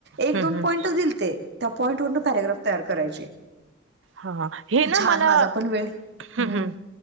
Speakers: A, on the right; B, on the right.
A: एक
B: हम्म
A: दोन
B: हम्म
A: पॉइटच दिलते त्या पॉइटवरन प्यारेग्राफ तयार करायची.
B: हा हा, हे ना
A: छान
B: मला
A: माझा पण वेळ हम्म
B: हुं हुं